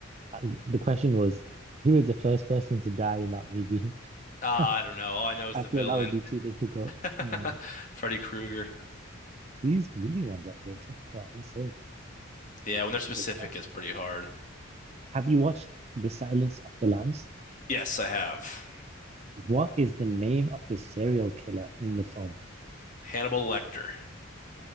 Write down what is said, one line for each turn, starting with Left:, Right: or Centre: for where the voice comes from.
Right: Uh, the question was, who is the first person to die in that movie?
Left: Oh, I
Right: <laughs>
Left: don't know. All I know is
Right: I
Left: the
Right: feel
Left: villain.
Right: that would be too difficult.
Left: <laughs>
Right: Hmm.
Left: Freddy Krueger.
Right: These movie ones are a bit difficult, I must say.
Left: Yeah, when they're specific,
Right: Okay, uh,
Left: it's pretty hard.
Right: have you watched The Silence of the Lambs?
Left: Yes, I have.
Right: What is the name of the serial killer in the film?
Left: Hannibal Lecter.